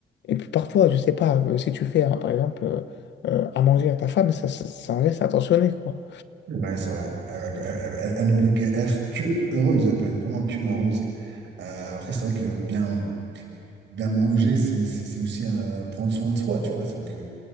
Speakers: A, on the left (about 75°); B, on the right (about 80°).
A: Et puis parfois, je sais pas, euh, si tu fais, hein, par exemple, euh, euh, à manger à ta femme, ça, ça, c'est un geste attentionné, quoi.
B: c'est vrai, c'est vrai. Elle, elle- elle- elle elle ne peut que- être que heureuse, elle peut être vraiment que heureuse. Euh, après, c'est vrai que bien, bien manger, c'est c'est- c'est aussi euh, prendre soin de soi, tu vois. Donc, euh,